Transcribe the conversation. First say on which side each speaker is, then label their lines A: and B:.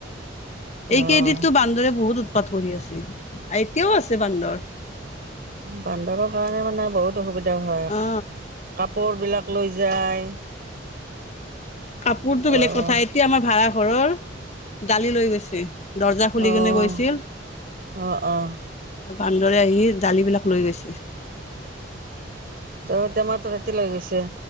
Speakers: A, on the right; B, on the left.
A: অঁ
B: এইকেইদিনতো বান্দৰে বহুত উৎ উপাত কৰি আছে এতিয়াও আছে বান্দৰ।
A: বান্দৰৰ কাৰণে মানে বহুত সুবিধা হয়
B: অ
A: কাপোৰ কোৰ বিলাক লৈ যায়
B: কাপোৰতটো বেলেগ
A: অঁ
B: কথা, এতিয়া আমাৰ ভাড়া ঘৰৰ দালি লৈ গৈছে।
A: অঁ
B: দৰ্জা খুলি কিনে গৈছিল
A: অহঁ অহঁ।
B: বান্দৰে আহি দালিবিলাক লৈ গৈছে।
A: তোৰ তেমাহটো ৰাতি লৈ গৈছে।